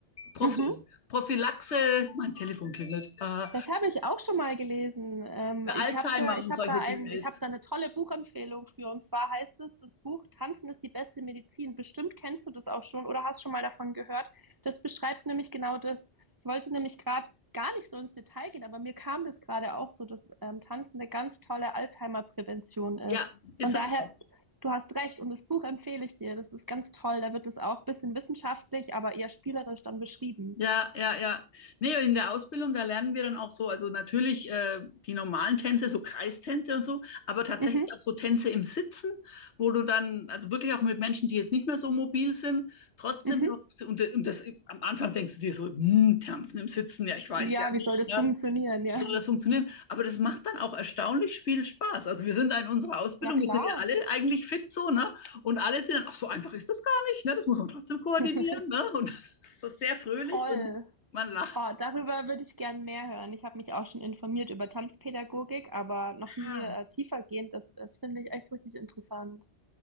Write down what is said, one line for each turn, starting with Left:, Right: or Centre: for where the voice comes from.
Left: Prophy
Right: Mhm.
Left: Prophylaxe, mein Telefon klingelt, äh,
Right: Das habe ich auch schon mal gelesen. Ähm,
Left: für
Right: ich
Left: Alzheimer
Right: habe da, ich
Left: und
Right: habe
Left: solche
Right: da ein,
Left: Dinge
Right: ich
Left: ist.
Right: habe da eine tolle Buchempfehlung für. Und zwar heißt es, das Buch Tanzen ist die beste Medizin. Bestimmt kennst du das auch schon oder hast schon mal davon gehört. Das beschreibt nämlich genau das. Ich wollte nämlich gerade gar nicht so ins Detail gehen, aber mir kam das gerade auch so, dass ähm, Tanzen eine ganz tolle Alzheimer-Prävention ist.
Left: Ja, ist
Right: Von daher,
Left: es. auch.
Right: du hast recht und das Buch empfehle ich dir. Das ist ganz toll. Da wird es auch ein bisschen wissenschaftlich, aber eher spielerisch dann beschrieben.
Left: Ja, ja, ja. Nee, in der Ausbildung, da lernen wir dann auch so, also natürlich äh, die normalen Tänze, so Kreistänze und so, aber tatsächlich
Right: Mhm,
Left: auch so Tänze im Sitzen, wo du dann, also wirklich auch mit Menschen, die jetzt nicht mehr so mobil sind, trotzdem
Right: mhm.
Left: noch, so- und, und das am Anfang denkst du dir so, hm, Tanzen im Sitzen, ja, ich weiß
Right: Ja,
Left: ja nicht,
Right: wie soll das
Left: ja.
Right: funktionieren? Ja.
Left: soll das funktionieren? Aber das macht dann auch erstaunlich viel Spaß. Also wir sind da in unserer Ausbildung,
Right: Na klar.
Left: wir sind ja alle eigentlich fit so, ne? Und alle sind dann, ach, so einfach ist das gar nicht, ne? Das muss man trotzdem koordinieren,
Right: <laughs>
Left: ne? Und <laughs> das ist so sehr fröhlich
Right: Toll.
Left: und man lacht.
Right: Oh, darüber würde ich gern mehr hören. Ich habe mich auch schon informiert über Tanzpädagogik, aber noch nie
Left: Ah.
Right: äh, tiefergehend. Das, das finde ich echt richtig interessant.